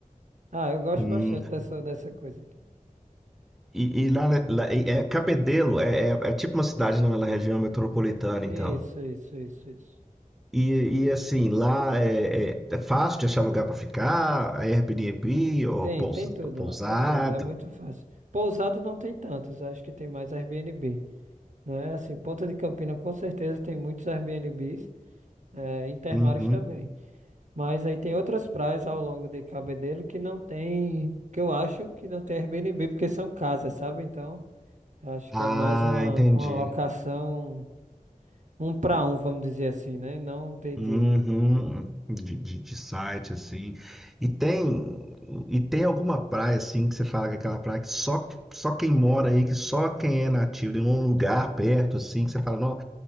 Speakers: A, on the right; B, in the centre.
A: Ah, eu gosto
B: Hum,
A: bastante dessa, dessa coisa aqui.
B: E, e lá, lá- e- é, Cabedelo é, é- é tipo uma cidade na região metropolitana,
A: Isso,
B: então.
A: isso, isso, isso.
B: E, e assim, lá é, é- é fácil de achar lugar para ficar, É Airbnb ou
A: Tem,
B: pous-
A: tem tudo
B: pousada.
A: lá, tem tudo, é muito fácil. Pousada não tem tantos, acho que tem mais Airbnb, né? Assim, Ponta de Campina com certeza tem muitos Airbnbs, é, Intermares
B: Uhum.
A: também. Mas aí tem outras praias ao longo de Cabedelo que não tem, que eu acho que não tem Airbnb, porque são casas, sabe? Então, eu acho
B: Ah,
A: que é mais uma,
B: entendi.
A: uma locação Um para um, vamos dizer assim, né? Não de,
B: Uhum,
A: de...
B: de, de, de site, assim. E tem, e tem alguma praia, assim, que você fala que é aquela praia que só, só quem mora aí, que só quem é nativo, em um lugar perto, assim, que você fala, não,